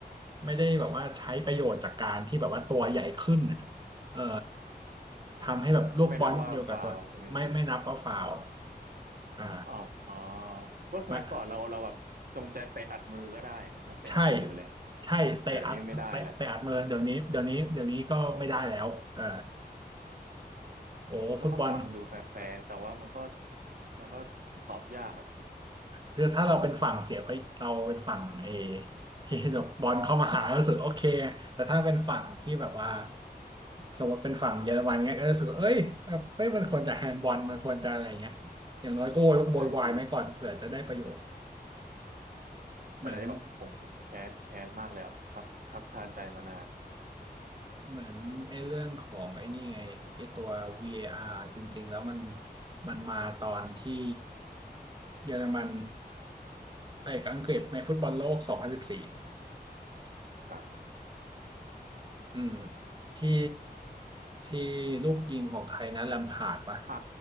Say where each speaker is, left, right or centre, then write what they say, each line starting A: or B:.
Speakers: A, on the right; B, on the right.
A: ไม่ได้แบบว่าใช้ประโยชน์จากการที่แบบว่าตัวใหญ่ขึ้นอ่ะเออทำให้แบบลูกบอลอยู่กับตัวไม่ไม่นับว่าฟาวล์
B: ก็ไม่นับว่าฟาวล์ใช่ไหมพี่
A: อ่า
B: อ๋อเพราะสมัยก่อนเราเราแบบจงใจเตะอัดมือก็ได้อย่างนั้นนะเตะอัดมือไปเลย
A: มาใช่ใช่เตะอัดเตะเตะอัดมือเดี๋ยวนี้เดี๋ยวนี้เดี๋ยวนี้ก็ไม่ได้แล้วเออ
B: แต่เดี๋ยวนี้ไม่ได้แล้ว
A: โอ้ฟุตบอล
B: มันก็ฟังดูแฟร์ๆแต่ว่ามันก็มันก็ตอบยากอะพี่
A: คือถ้าเราเป็นฝั่งเสียไปเราเป็นฝั่งเอที่บอลเข้ามาหารู้สึกโอเคแต่ถ้าเป็นฝั่งที่แบบว่าสมมติเป็นฝั่งเยอรมันเงี้ยก็รู้สึกว่าเอ้ยเอ้ยมันควรจะแฮนด์บอลมันควรจะอะไรเงี้ยอย่างน้อยก็โวยโวยวายไว้ก่อนเผื่อจะได้ประโยชน์
B: ใช่พี่
A: เหมือน
B: เป็นอะไรที่แบบผมผมแค้นแค้นมากเลยอะครับครับคาใจมานาน
A: เหมือนไอ้เรื่องของไอ้นี่ไงไอ้ตัว VAR จริงๆแล้วมันมันมาตอนที่เยอรมันเตะกับอังกฤษในฟุตบอลโลก 2014องพันสิบสี่
B: ครับ
A: อืมที่ที่ลูกยิงของใครนะแลมพาร์ดปะ
B: อ่า